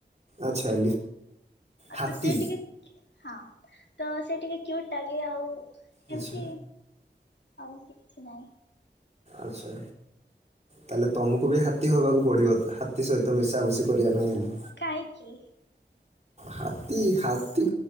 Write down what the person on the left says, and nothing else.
ତ ସେ ଟିକେ ହଁ ତ ସେ ଟିକେ କ୍ୟୁଟ ଲାଗେ ଆଉ
ଏମିତି ଆଉ କିଛି ନାହିଁ
କାହିଁକି